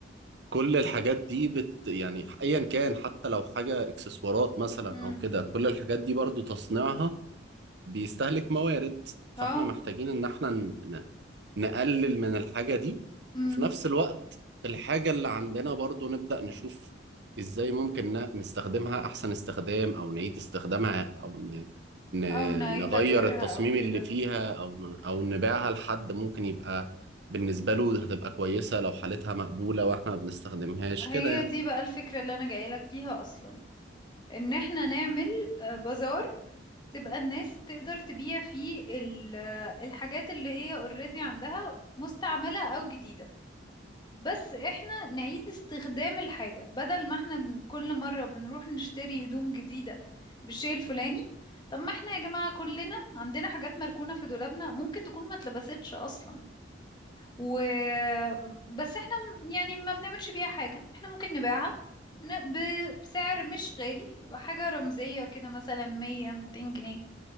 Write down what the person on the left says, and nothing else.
مم.
اه
مم.
او نعيد
تدويرها
او كده
هي
دي بقى الفكرة اللي انا جايلك فيها اصلا ان احنا نعمل آه، بازار تبقى الناس تقدر تبيع فيه ال- آه، الحاجات اللي هي اوريدي عندها مستعملة او جديدة بس احنا نعيد استخدام الحاجة بدل ما احنا بن- كل مرة بنروح نشتري هدوم جديدة بالشيء الفلاني طب ما احنا يا جماعة كلنا عندنا حاجات مركونة في دولابنا ممكن تكون ما اتلبستش اصلا و بس احنا م- يعني ما بنعملش بيها حاجة احنا ممكن نبيعها ن- بسعر مش غالي يبقى حاجة رمزية كده مثلا 100 200 جنيه